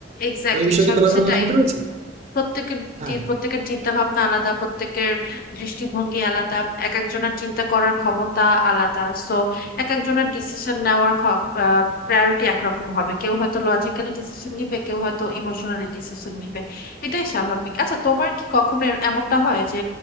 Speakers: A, on the left; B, on the right.
A: এক্স্যাক্টলি
B: তো এই বিষয়ে
A: সব
B: কি তোমার কোনো
A: সেটাই
B: মতামত রয়েছে
A: প্রত্যেকের
B: হ্যাঁ
A: টি-
B: হ্যাঁ
A: প্রত্যেকের চিন্তা ভাবনা আলাদা প্রত্যেকের দৃষ্টিভঙ্গি আলাদা এক একজনের চিন্তা করার ক্ষমতা আলাদা সো এক একজনের ডিসিশন নেওয়ার প্রায়োরিটি একরকম হবে কেউ হয়তো লজিক্যালি ডিসিশন নিবে কেউ হয়তো ইমোশনালি ডিসিশন নিবে এটাই স্বাভাবিক আচ্ছা তোমার কি কখনো এর- এমনটা হয় যে